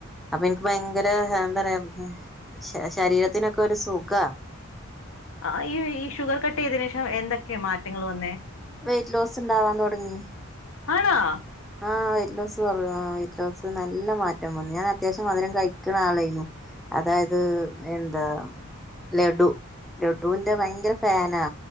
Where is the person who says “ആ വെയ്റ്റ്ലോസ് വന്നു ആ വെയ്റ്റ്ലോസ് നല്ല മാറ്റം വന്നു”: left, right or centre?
Centre